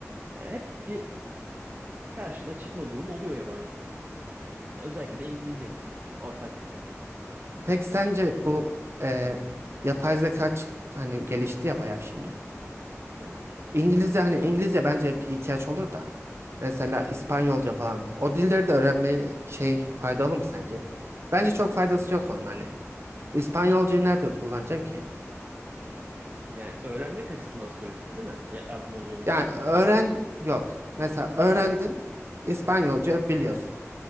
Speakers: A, on the right (about 35°); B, on the right (about 55°).
A: Yani hep bir karşına çıkma durumu oluyor yabancı dilin. Yani özellikle de İngilizcenin ortak dil.
B: Peki sence
A: Ee,
B: bu e, yapay zeka çık- hani gelişti ya bayağı şimdi.
A: evet.
B: İngilizce hani İngilizce bence hep ihtiyaç olur da. Mesela İspanyolca falan. O dilleri de öğrenme şey faydalı mı sence? Bence çok faydası yok onun hani. İspanyolcayı nerede kullanacaksın ki?
A: Yani öğrenmek açısından soruyorsun değil mi? Ya yardım oluyor mu
B: Yani
A: diye.
B: öğren yok. Mesela öğrendin İspanyolca
A: Hı hı.
B: biliyorsun.